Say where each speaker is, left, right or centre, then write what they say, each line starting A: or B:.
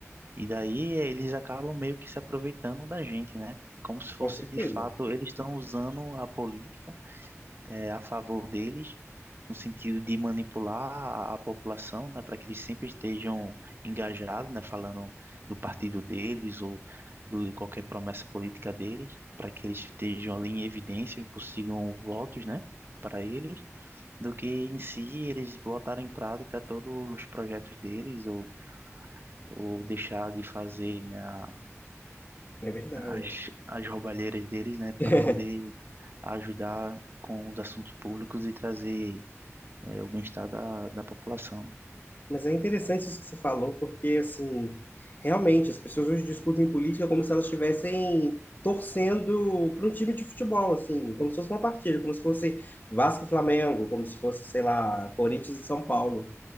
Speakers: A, on the right; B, on the left.
A: E daí eles acabam meio que se aproveitando da gente, né? É como se fosse
B: Com certeza.
A: de fato, eles estão usando a política é, a favor deles, no sentido de manipular a, a população, né, para que eles sempre estejam engajados, né, falando do partido deles ou do, de qualquer promessa política deles, para que eles estejam ali em evidência e consigam votos, né, para eles, do que em si eles botarem em prática todos os projetos deles ou, ou deixar de fazer, né, a-
B: É verdade.
A: as, as roubalheiras deles, né,
B: <laughs>
A: para poder ajudar com os assuntos públicos e trazer é, o bem-estar da, da população.
B: Mas é interessante isso que você falou, porque, assim, realmente, as pessoas hoje discutem política como se elas estivessem torcendo para um time de futebol, assim, como se fosse uma partida, como se fosse Vasco e Flamengo, como se fosse, sei lá, Corinthians e São Paulo.